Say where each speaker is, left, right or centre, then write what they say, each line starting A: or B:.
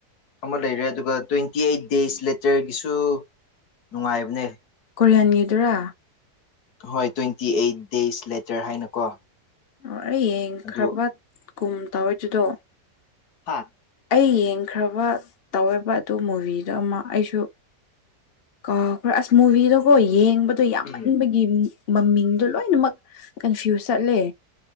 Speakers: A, on the left; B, on the left.
A: ꯑꯃ ꯂꯩꯔꯦ ꯑꯗꯨꯒ ꯇ꯭ꯋꯦꯟꯇꯤ ꯑꯩꯠ ꯗꯦꯖ ꯂꯦꯇꯔꯒꯤꯁꯨ꯫ ꯅꯨꯡꯉꯥꯏꯕꯅꯦ꯫
B: ꯀꯣꯔꯤꯌꯥꯟꯒꯤꯗꯨꯔꯥ꯫
A: ꯍꯣꯏ ꯇ꯭ꯋꯦꯟꯇꯤ ꯑꯩꯠ ꯗꯦꯖ ꯂꯦꯇꯔ ꯍꯥꯏꯅꯀꯣ꯫
B: ꯑꯣ ꯑꯩ ꯌꯦꯡꯈ꯭ꯔꯕ
A: ꯑꯗꯨ
B: ꯀꯨꯝ ꯇꯧꯋꯦꯗꯨꯗꯣ
A: ꯍꯥ
B: ꯑꯩ ꯌꯦꯡꯈ꯭ꯔꯕ ꯇꯧꯋꯕ ꯑꯗꯨ ꯃꯨꯚꯤꯗꯨ ꯑꯃ ꯑꯩꯁꯨ꯫ ꯀꯧꯕ ꯑꯁ ꯃꯨꯚꯤꯗꯣꯒꯣ ꯌꯦꯡꯕ ꯑꯣ ꯌꯥꯝꯃꯟꯕꯒꯤ
A: ꯎꯝ
B: ꯃꯃꯤꯡꯗꯣ ꯂꯣꯏꯅꯃꯛ ꯀꯟꯐ꯭ꯌꯨꯁ ꯆꯠꯂꯦ꯫